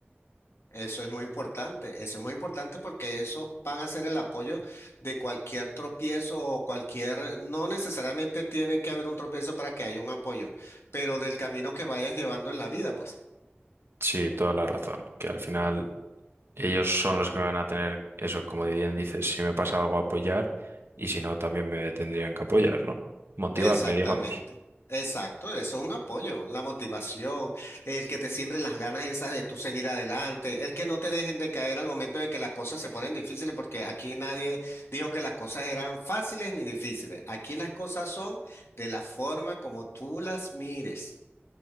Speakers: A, on the left; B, on the right.
A: Eso es muy importante, eso es muy importante porque esos van a ser el apoyo de cualquier tropiezo o cualquier, no necesariamente tiene que haber un tropiezo para que haya un apoyo, pero del camino que vayas llevando en la vida, pues.
B: Sí, toda la razón, que al final ellos son los que me van a tener eso, como bien dices, si me pasa algo apoyar y si no, también me tendrían que apoyar, ¿no? Motivarme,
A: Exactamente.
B: digamos.
A: Exacto, eso es un apoyo, la motivación, el que te siembren las ganas esas de tú seguir adelante, el que no te dejen de caer al momento de que las cosas se ponen difíciles, porque aquí nadie dijo que las cosas eran fáciles ni difíciles. Aquí las cosas son de la forma como tú las mires.